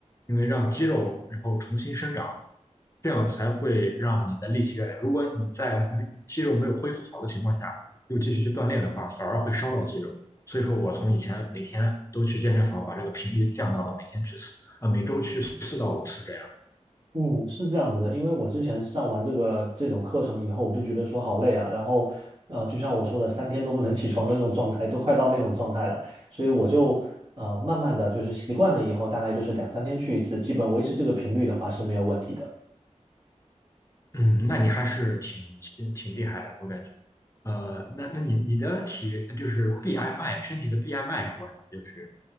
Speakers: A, on the left (about 25°); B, on the right (about 45°).
A: 因为让肌肉然后重新生长。这样才会让你的力气越来越。如果你在肌肉没有恢复好的情况下，又继续去锻炼的话，反而会伤到肌肉。所以说我从以前每天都去健身房，把这个频率降到了每天去四啊，每周去四到五次这样。
B: 嗯，是这样子的，因为我之前上完这个这种课程以后，我就觉得说好累啊，然后，呃，就像我说的，三天都不能起床的那种状态，都快到那种状态了，所以我就呃慢慢的就是习惯了以后，大概就是两三天去一次，基本维持这个频率的话是没有问题的。
A: 嗯，那你还是挺挺挺厉害的，我感觉。呃，那那你你的体就是 BMI 身体的 BMI 是多少？就是